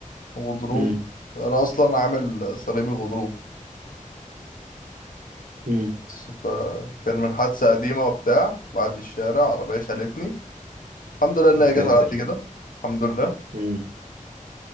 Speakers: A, on the left; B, on the right.
A: غضروف
B: امم
A: انا اصلا عامل صليبي غضروف
B: امم
A: بس فكان من حادثه قديمه وبتاع بعد الشارع عربيه شالتني الحمد لله ان
B: يا
A: هي
B: ساتر
A: جت على قد كده الحمد لله
B: امم